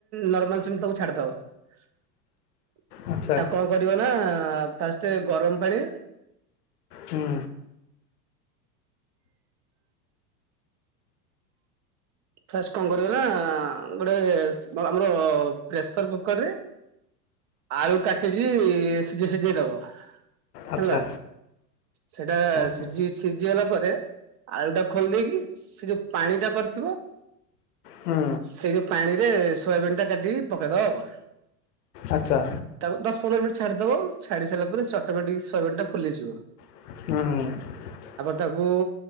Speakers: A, on the right (about 35°); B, on the left (about 80°).
A: ନର୍ମାଲ ସେମିତି ତାକୁ ଛାଡିଦବ
B: ଆଚ୍ଛା
A: ତାକୁ କଣ କରିବ ନା ଫାଷ୍ଟ ଗରମ ପାଣି
B: ହୁଁ।
A: ଫାଷ୍ଟ କଣ କର ନା ଗୋଟେ ଆମର ପ୍ରେସର କୁକରରେ ଆଳୁ କାଟିକି ସିଝେଇ ସିଝେଇ ଦବ।
B: ଆଚ୍ଛା
A: ହେଲା ସେଟା
B: ହୁଁ ହୁଁ
A: ସିଝି ସିଝିଗଲା ପରେ ଆଳୁ ଟା ଖୋଲି ଦେଇେଇକି ସେ ଯୋଉ ପାଣି ଟା କରିଥିବ
B: ହୁଁ
A: ସେଇ ଯୋଉ ପାଣିରେ ସୋୟାବିିନ ଟା କାଟିକି ପକେଇଦବା।
B: ଆଚ୍ଛା
A: ତାକୁ ଦଶ ପନ୍ଦର ମିନିଟ ଛାଡ଼ିଦେବ ଛାଡି ସାରିଲ ପରେ ସେ ଅଟୋଟିକ ଶହେ ମିନିଟା ଫଲିଯିବ <unintelligible>
B: ହୁଁ।
A: ତାକୁ